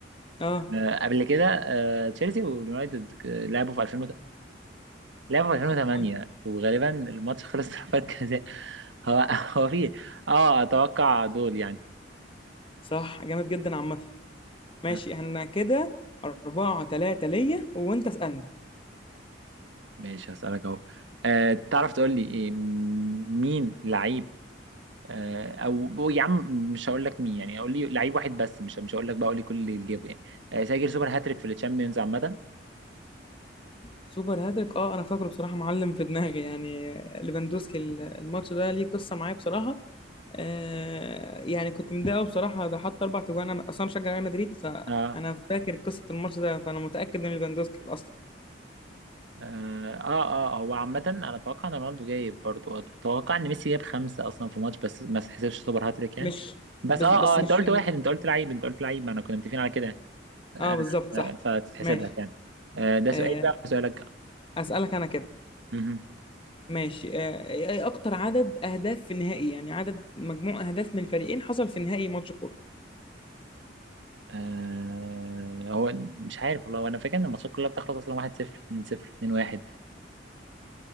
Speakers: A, on the left; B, on the right.
A: اه
B: آه، قبل كده آه، تشيلسي واليونايتد ك- لعبوا في 2000 وت- لعبوا في 2008
A: آه،
B: وغالبا الماتش خلص <laughs> ضربات جزاء هو هو في اه أتوقع دول يعني
A: صح جامد جدا عامة ماشي
B: آه،
A: احنا كده أربعة تلاتة ليا وأنت اسألني
B: ماشي هسألك أهو آه، تعرف تقول لي إيه، م- مين لعيب آه، او يا عم مش هقول لك مين يعني اقول لي لعيب واحد بس مش مش هقول لك بقى اقول لي كل اللي جابه يعني آه، سجل سوبر هاتريك في الشامبيونز عامه
A: سوبر هاتريك اه أنا فاكره بصراحة معلم في دماغي يعني ليفاندوسكي ال- الماتش ده ليه قصة معايا بصراحة آه يعني كنت متضايق أوي بصراحة ده حط أربع تجوان أنا أصلا مشجع ريال مدريد فأنا
B: اه
A: فاكر قصة الماتش ده فأنا متأكد إن ليفاندوسكي أصلا
B: اه اه آه، هو عامة انا اتوقع ان رونالدو جايب برضو اتوقع ان ميسي جاب خمسة اصلا في ماتش بس ما تحسبش سوبر هاتريك يعني
A: مش
B: بس
A: بس
B: اه
A: بس
B: اه
A: مش
B: انت قلت
A: في الن-
B: واحد انت قلت لعيب انت قلت لعيب ما انا كنا متفقين على كده آه
A: اه بالظبط
B: آه،
A: صح
B: فتتحسب
A: ماشي
B: لك يعني آه ده سؤالي
A: آه
B: بقى سؤالك
A: أسألك أنا كده
B: مهم.
A: ماشي آه، ايه اكتر عدد اهداف في النهائي يعني عدد مجموع اهداف من الفريقين حصل في نهائي ماتش كورة
B: آه هو مش عارف والله انا فاكر ان الماتشات كلها بتخلص اصلا 1-0 2-0 2-1